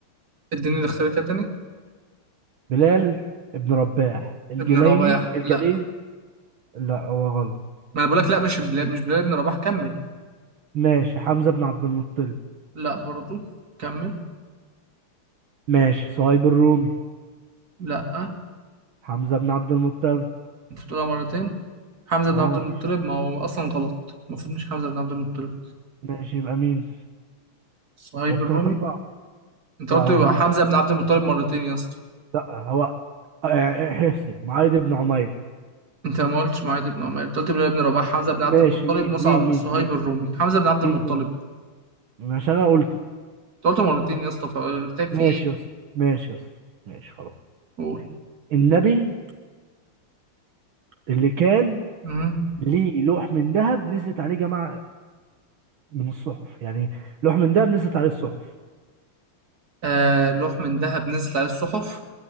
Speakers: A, on the right; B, on the right.
A: اديني الاختيار كده تاني
B: بلال بن رباح الجليلي
A: ابن رباح
B: الجليلي
A: لا
B: لا هو غلط
A: ما انا بقول لك لا مش بلال مش بلال ابن رباح كمل
B: ماشي حمزه بن عبد المطلب
A: لا برضو كمل
B: ماشي صهيب الرومي
A: لا
B: حمزه بن عبد المطلب
A: انت بتقولها مرتين حمزة بن
B: ما هو
A: عبد
B: ما
A: المطلب
B: فيش
A: ما هو اصلا غلط المفروض مش حمزة بن عبد المطلب
B: ماشي يبقى مين
A: صهيب
B: قلت
A: الرومي
B: لك اربعه
A: انت
B: لا
A: قلت
B: هو
A: يبقى
B: حمزه
A: حمزة بن عبد المطلب مرتين يا اسطى
B: لا هو آه، احسب معاذ بن عمير
A: انت ما قلتش معاذ بن عمر انت قلت بلال بن رباح حمزة بن عبد
B: ماشي
A: المطلب
B: مين
A: مصعب
B: مين مين
A: صهيب
B: مين
A: الرومي حمزة بن عبد
B: مين
A: المطلب
B: طيب عشان انا قلته
A: انت قلت مرتين يا اسطى فقلت لك
B: ماشي
A: في ايه
B: يا اسطى ماشي يا اسطى ماشي خلاص
A: قول
B: النبي اللي كان
A: مم.
B: ليه لوح من ذهب نزلت عليه جماعة من الصحف يعني لوح من ذهب نزلت عليه الصحف
A: آه لوح من ذهب نزلت عليه الصحف